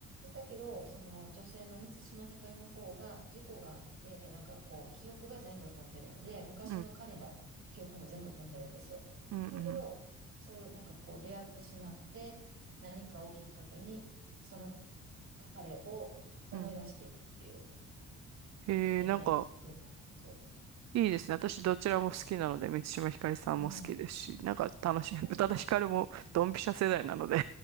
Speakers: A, on the right; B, on the right.
A: だけど、その女性の満島ひかりの方が事故があって、なんかこう、記憶が全部飛んでるので、昔の彼の記憶も全部飛んでるんですよ。
B: うんうん
A: だけど、そう、なんかこう、出会ってしまって、何かをきっかけに、その彼を思い出していくっていう
B: うんへえなんか
A: 映画のストーリーなんですよ。
B: いいですね私どちらも好きなので三島ひかりさんも好きですしなんか楽しい宇多田ヒカルもドンピシャ世代なので
A: うん。そうなんです。